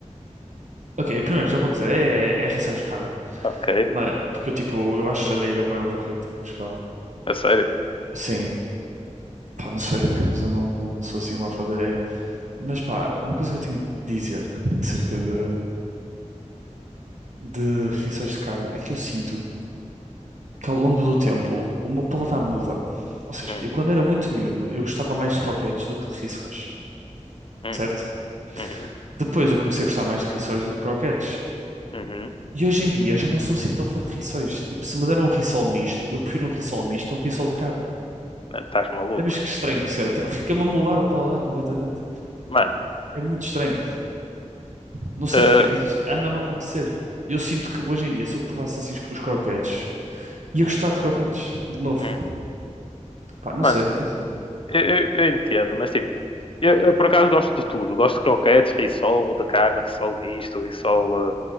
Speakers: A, on the right; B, on the left.
A: Ok, primeiro já vou dizer, é, é rissóis de carne.
B: Ok.
A: Mas, porque eu tipo, eu acho alheira bem overrated no geral.
B: A sério?
A: Sim, Pá, não sei, <laughs> mas eu não, não sou assim uma alfadalheira. Mas pá, uma coisa que eu tenho de dizer acerca de, de reações de carne é que eu sinto que ao longo do tempo o meu paladar muda. Ou seja,
B: Hum,
A: eu quando era muito miúdo, eu gostava mais de croquetes do que de rissóis,
B: hum,
A: certo?
B: uhum,
A: Depois eu comecei a gostar mais de rissóis do que croquetes.
B: uhum.
A: E hoje em dia eu já não sou assim tão fã de rissóis. Tipo, se me deram um rissol misto, eu prefiro um rissol misto a um rissol de carne.
B: Estás maluco?
A: É visto que estranho que isso é? Tipo, fica-me a mudar o paladar completamente.
B: Mano,
A: É muito estranho. Não sei
B: eh,
A: porquê, mas isto anda-me a acontecer. E Eu sinto que hoje em dia, se eu provasse assim os os croquetes, ia gostar de croquetes, de novo.
B: hum,
A: Pá, não
B: mano,
A: sei. É assim.
B: eu, eu- eu entendo, mas tipo, eu, eu por acaso gosto de tudo. Gosto de croquetes, rissol, de carne, rissol misto, rissol. eh,